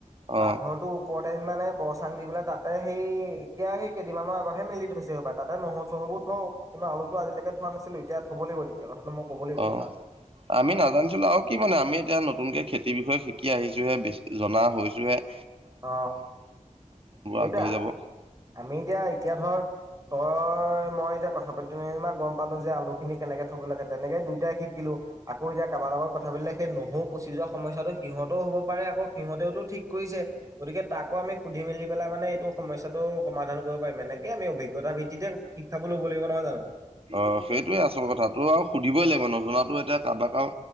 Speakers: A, on the right; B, on the right.
A: অ
B: পাকঘৰটো ওপৰতে এদিন মানে ব চাং দি পেলাই তাতে সেই এতিয়া সেই কেইদিনমানৰ আগতে হে মেলি থৈছে হবা তাতে নহৰু চহৰু বোৰ থও কিন্তু আলুতো আজিলকে থোৱা নাছিলো তেতিয়া থ'ব লাগিব তেতিয়া কথাটো মই ক'ব লাগিব
A: অ
B: কথাত
A: আমি নাজানিছিলো আৰু কি মানে আমি এতিয়া নতুনকে খেতিৰ বিষয়ে শিকি আহিছোহে বেছি জনা হৈছোহেপ
B: অ, সেইটোয়া
A: আগবাঢ়ি যাব
B: আমি এতিয়া - এতিয়া ধৰ তই মই এতিয়া কথা পাতিম যেনিবা গম পালো যে আলু খিনি কেনেকে থ'ব লাগে তেনেকে দুইটাই শিকিলো আকৌ এতিয়া কাৰাবাৰ লগত কথা পাতিলে সেই নহৰু পচি যোৱা সমস্যাতটো সিহতেও হ'ব পাৰে আকৌ সিহতেওতটো ঠিক কৰিছে। গতিকে তাকো আমি সুধি মেলি পেলাই মানে এইটো সমস্যাটো সমাধান কৰিব পাৰিম এনেকে আমি অভিজ্ঞতাৰ ভিত্তিতে শিক্ষা ল'ব লাগিব নহয় জানো
A: অ, সেইটোয়ে আচল কথা তো আৰু সুধিবই লাগিব নজনাাতো এতিয়া কাৰোবাকো